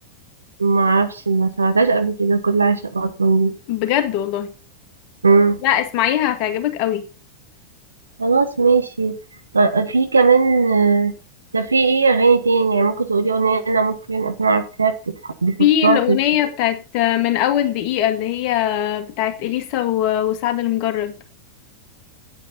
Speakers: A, on the right; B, on the left.
A: ما اعرفش ما سمعتهاش قبل كده كل عشق اطلال دي
B: بجد والله
A: مم.
B: لا اسمعيها هتعجبك قوي
A: خلاص ماشي طيب، في كمان آه، طب في ايه اغاني تاني يعني ممكن تقولي اغنية انا ممكن اكون عارفاها بتتح- بيحطوها
B: في الأغنية
A: في الس-
B: بتاعت من أول دقيقة اللي هي بتاعت إليسا و- وسعد المجرد